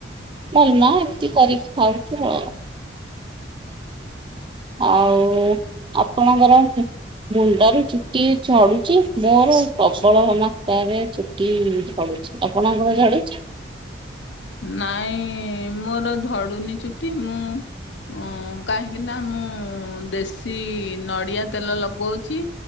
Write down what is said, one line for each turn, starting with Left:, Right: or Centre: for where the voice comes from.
Right: ଡାଲମା ଏମିତି କରିକି ଖାଉଚୁ ଆଉ। ଆଉ ଆପଣଙ୍କର- ମୁଣ୍ଡରୁ ଚୁଟି ଝଡୁଛି ମୋର ପ୍ରବଳ ଜମା ତାରେ ଚୁଟି ଝଡୁଛି ଆପଣଙ୍କର ଝଡୁଚି?
Left: ନାଇଁ ମୋର ଝଡୁନି ଚୁଟି ମୁଁ- ଓ କାହିଁକି ନା ମୁଁ ଦେଶୀ ନଡ଼ିଆ ତେଲ ଲଗଉଚି।